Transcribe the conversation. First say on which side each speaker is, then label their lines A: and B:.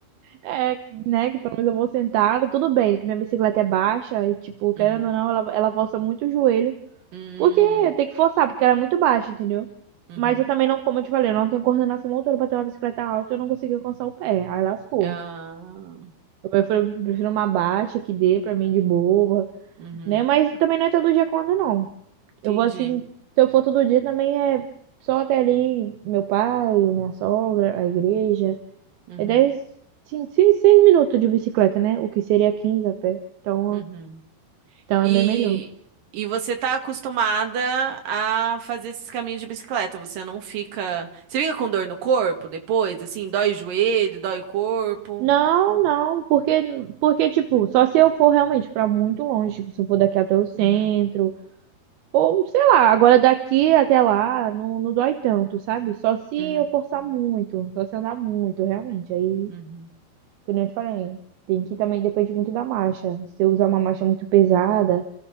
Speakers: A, on the right; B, on the right.
A: É, que, né, que pelo menos eu vou sentada, tudo bem, né, que minha bicicleta é baixa e, tipo, querendo
B: <laughs>
A: ou não, ela, ela força muito o joelho,
B: Hum,
A: porque tem que forçar, porque ela é muito baixa, entendeu?
B: uhum.
A: Mas eu também não, como eu te falei, eu não tenho coordenação motora pra ter uma bicicleta alta, eu não consegui alcançar o pé, aí lascou.
B: Ah,
A: Eu prefiro, prefiro uma baixa que dê pra mim de boa,
B: uhum.
A: né? Mas também não é todo dia quando não. Eu
B: Entendi.
A: vou assim, se eu for todo dia também é só até ali meu pai, minha sogra, a igreja.
B: Uhum,
A: É 10, 5, 6 minutos de bicicleta, né? O que seria 15 a pé. Então,
B: uhum.
A: então
B: E,
A: é bem melhor.
B: e você está acostumada a fazer esses caminhos de bicicleta? Você não fica. Você fica com dor no corpo depois? Assim, dói o joelho, dói o corpo?
A: Não, não, porque, porque, tipo, só se eu for realmente pra muito longe, tipo, se eu for daqui até o centro,
B: Uhum,
A: ou sei lá, agora daqui até lá não, não dói tanto, sabe? Só se
B: uhum,
A: eu forçar muito, só se andar muito, realmente. Aí
B: uhum,
A: Como eu te falei, tem que também depende muito da marcha. Se eu usar uma marcha muito pesada,